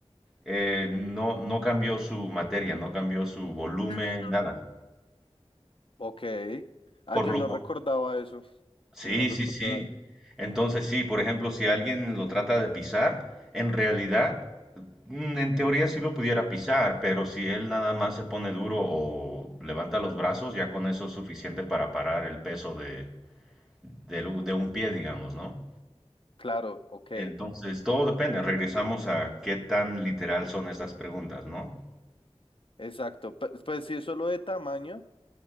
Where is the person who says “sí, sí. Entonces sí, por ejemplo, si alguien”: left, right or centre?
Centre